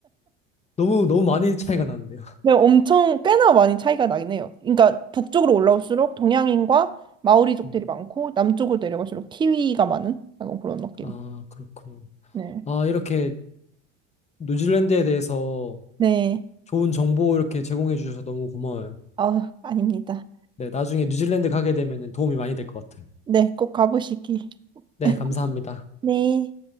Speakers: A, on the left; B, on the right.
A: 너무, 너무 많이 차이가 나는데요.
B: 네, 엄청 꽤나 많이 차이가 나긴 해요. 그러니까 북쪽으로 올라올수록 동양인과 마오리족들이
A: 음,
B: 많고 남쪽으로 내려갈수록 키위가 많은 약간 그런 느낌.
A: 아, 그렇군.
B: 네.
A: 아, 이렇게 뉴질랜드에 대해서
B: 네.
A: 좋은 정보 이렇게 제공해 주셔서 너무 고마워요.
B: 아, 아닙니다.
A: 네, 나중에 뉴질랜드 가게 되면 도움이 많이 될 것 같아요.
B: 네, 꼭 가보시기.
A: 네,
B: <laughs>
A: 감사합니다.
B: 네.